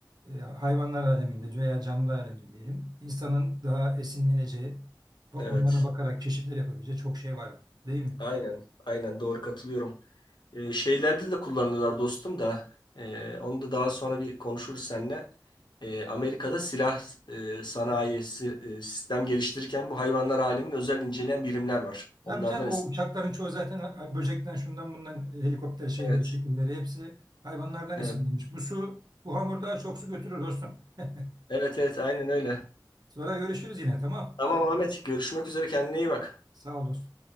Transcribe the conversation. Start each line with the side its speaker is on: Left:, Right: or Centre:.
Right: e, hayvanlar aleminde veya canlılar aleminde diyelim. insanın daha esinleneceği, bu- onlara
Left: Evet.
Right: bakarak keşifler yapabileceği çok şey var değil mi?
Left: Aynen, aynen doğru katılıyorum. Ee, şeylerde de kullanıyorlar dostum da e, onu da daha sonra bir konuşuruz seninle. Ee, Amerika'da silah e, sanayi si- e, sistem geliştirirken bu hayvanlar alemin özel inceleyen birimler var.
Right: Tabii
Left: Onlardan
Right: canım
Left: es-
Right: o uçakların çoğu zaten böcekten şundan bundan e, helikopter şeyleri
Left: evet,
Right: şekilleri hepsi hayvanlardan
Left: evet,
Right: esinlenmiş. Bu su bu hamur daha çok su götürür dostum. <laughs>
Left: evet, evet, aynen öyle.
Right: Sonra görüşürüz yine tamam.
Left: Tamam Ahmet, görüşmek üzere kendine iyi bak.
Right: Sağ ol dostum.